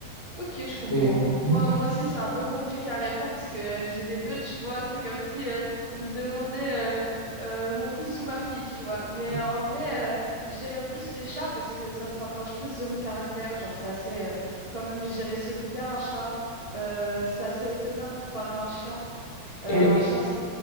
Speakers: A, on the right (about 20°); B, on the left (about 50°).
A: Ok, je comprends.
B: Et,
A: Moi, moi aussi, c'est un peu compliqué à répondre parce que euh, j'ai les deux, tu vois. C'est comme si euh, on me demandait euh, euh, mon fils ou ma fille, tu vois. Mais
B: et-
A: euh, en vrai, euh, je dirais plus les chats parce que ça se rapproche plus de mon caractère. Genre, c'est assez, euh, quand même, je dirais solitaire, un chat. Euh, c'est assez autonome comparé à un chien. Euh,
B: et-
A: un chien, c'est...